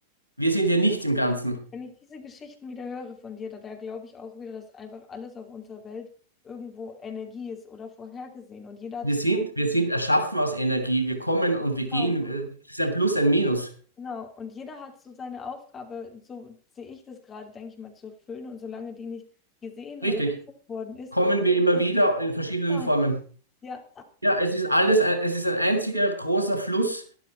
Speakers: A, on the right; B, on the left.
A: Wir sind ja nichts im Ganzen.
B: Wenn ich diese Geschichten wieder höre von dir, da, da glaube ich auch wieder, dass einfach alles auf unserer Welt irgendwo Energie ist oder vorhergesehen. Und jeder hat
A: Wir
B: so,
A: sind, wir sind erschaffen aus Energie. Wir kommen und wir gehen.
B: genau,
A: äh, Es ist ein Plus, ein Minus.
B: genau. Und jeder hat so seine Aufgabe, so sehe ich das gerade, denke ich mal, zu erfüllen. Und solange die nicht gesehen
A: Richtig.
B: oder erkannt worden ist,
A: Kommen wir immer
B: und
A: wieder
B: so,
A: in verschiedenen
B: ja,
A: Formen.
B: ja,
A: Ja, es ist alles, ein, es ist ein einziger großer Fluss